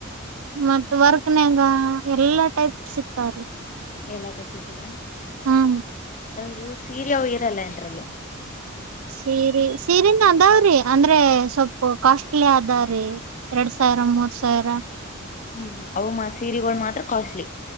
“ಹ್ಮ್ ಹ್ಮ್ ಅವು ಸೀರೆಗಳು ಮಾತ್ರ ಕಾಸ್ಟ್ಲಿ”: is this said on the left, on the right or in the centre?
Left